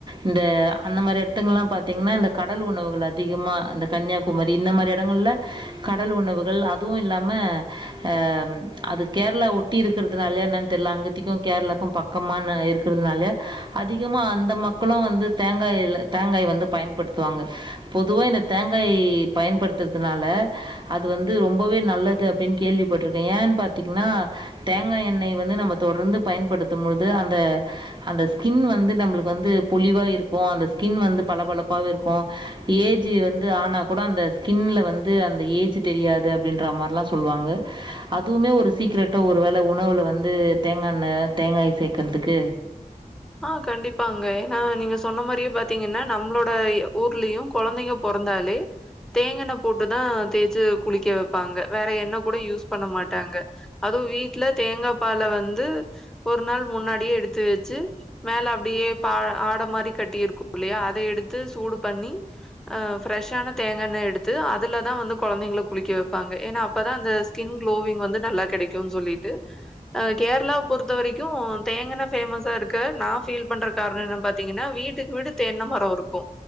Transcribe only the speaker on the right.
இந்த அந்த மாரி எடத்துங்கல்லா பாத்திங்ன்னா இந்த கடல் உணவுகள் அதிகமா இந்த கன்யாகுமரி இந்த மாரி எடங்கள்ல கடல் உணவுகள் அதுவு இல்லாம அம் அது கேர்ளா ஒட்டி இருக்கறதுனால்யா என்னன் தெர்ல அங்கிதிக்கு கேர்ளாக்கு பக்கமா என்ன அ இருக்கறதுனால்யா அதிகமா அந்த மக்களு வந்து தேங்காய்ல தேங்காய் வந்து பயன்படுத்துவாங்க பொதுவா இந்த தேங்காய் பயன்படுத்துறதுனால அது வந்து ரொம்பவே நல்லது அப்டின் கேள்விப்பட்ருக்கே ஏன் பாத்திங்ன்னா தேங்காய் எண்ணெய வந்து நம்ம தொடர்ந்து பயன்படுத்தும் பொழுது அ ந்த அந்த ஸ்கின் வந்து நம்புளுக்கு வந்து பொலிவா இருக்கு அந்த ஸ்கின் வந்து பளபளப்பாவே இருக்கு ஏஜ்ஜு வந்து ஆனா கூட அந்த ஸ்கின்ல வந்து அந்த ஏஜ் தெரியாது அப்டின்றா மார்லா சொல்வாங்க அதுவுமே ஒரு சீக்ரெட்டு ஒரு வேல உணவுல வந்து தேங்காண்ண தேங்காய் சே க்கறதுக்கு